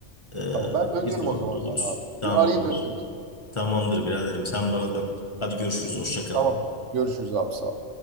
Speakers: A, on the left; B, on the right.
A: Ee,
B: Tamam. Ben dönüyorum
A: irtibatlı
B: o zaman
A: oluruz.
B: sana abi.
A: Tamamdır.
B: Bir arayayım dönüyorum sana.
A: Tamamdır biraderim. Sen bana dön. Hadi görüşürüz. Hoşça kal.
B: Tamam. Görüşürüz abi sağ ol.